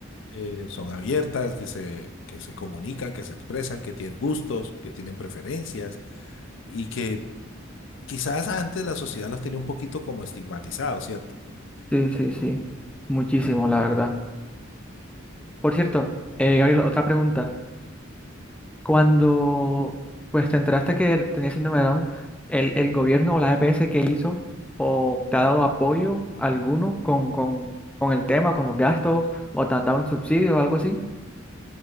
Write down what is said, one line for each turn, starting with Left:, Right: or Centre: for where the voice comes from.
Left: eh, son abiertas, que se, que se comunican, que se expresan, que tienen gustos, que tienen preferencias y que quizás antes la sociedad los tenía un poquito como estigmatizados, ¿cierto?
Centre: Sí, sí, sí. Muchísimo, la verdad. Por cierto, eh, Gabriel, otra pregunta. Cuando pues te enteraste que tenías síndrome de Down, ¿el, el gobierno o la EPS que hizo o te ha dado apoyo alguno con, con, con el tema, con los gastos, o te han dado un subsidio o algo así?